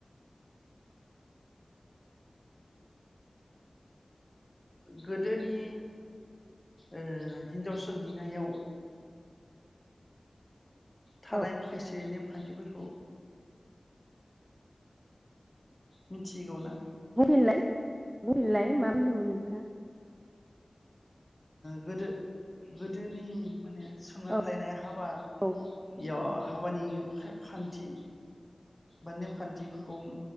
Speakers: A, on the left; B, on the right.
A: गोदोनि ओ हिनजाव सोंहैनायाव थानाय
B: औ
A: माखासे नेम खान्थिफोरखौ मिथिगौ ना
B: बुंफिनलाय बुंफिनलाय मा बुंदोंमोन। नोंथां।
A: गोदो गोदोनि माने संनानै
B: औ
A: लायनाय हाब
B: औ
A: याव हाबानि खान्थि बा नेमखान्थिफोरखौ।